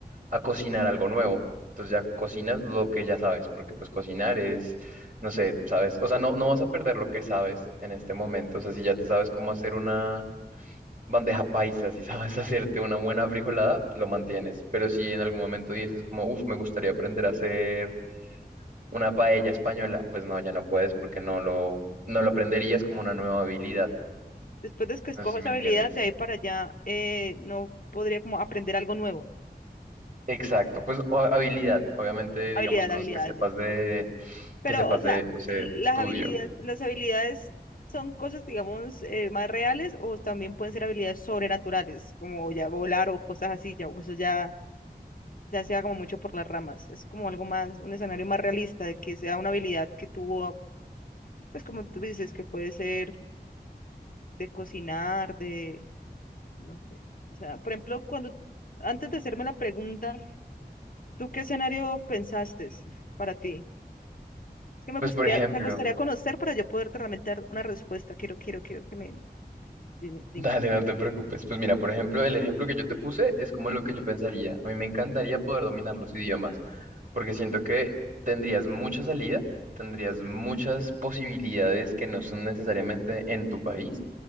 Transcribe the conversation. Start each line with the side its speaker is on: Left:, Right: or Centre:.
Right: a cocinar algo nuevo. Entonces ya cocinas lo que ya sabes, porque pues cocinar es, no sé, sabes, o sea, no, no vas a perder lo que sabes en este momento. O sea, si ya te sabes cómo hacer una bandeja paisa, si sabes <laughs> hacerte una buena frijolada, lo mantienes. Pero si en algún momento dices como, uff, me gustaría aprender a hacer una paella española, pues no, ya no puedes porque no lo, no lo aprenderías como una nueva habilidad.
Left: Después de que escojas
Right: No sé si me
Left: habilidad,
Right: entiendes.
Left: de ahí para allá, eh, no podría como aprender algo nuevo.
Right: Exacto, pues o- habilidad, obviamente,
Left: Habilidad,
Right: digamos cosas
Left: habilidad,
Right: que sepas
Left: habilidad.
Right: de,
Left: Pero,
Right: que sepas
Left: o sea,
Right: de, no sé,
Left: las
Right: estudio.
Left: habilidades, las habilidades son cosas, digamos, eh, más reales o también pueden ser habilidades sobrenaturales, como ya volar o cosas así, ya, eso ya. ya sea como mucho por las ramas. Es como algo más, un escenario más realista de que sea una habilidad que tuvo, pues como tú dices, que puede ser de cocinar, de, no sé. O sea, por ejemplo, cuando, antes de hacerme la pregunta, ¿tú qué escenario pensaste para ti? Es que me
Right: Pues
Left: gustaría,
Right: por ejemplo,
Left: me gustaría conocer para yo poderte realmente dar una respuesta. Quiero, quiero, quiero que me, dime, dime.
Right: Dale, no te preocupes. Pues mira, por ejemplo, el ejemplo que yo te puse es como lo que yo pensaría. A mí me encantaría poder dominar los idiomas, porque siento que tendrías mucha salida, tendrías muchas posibilidades que no son necesariamente en tu país.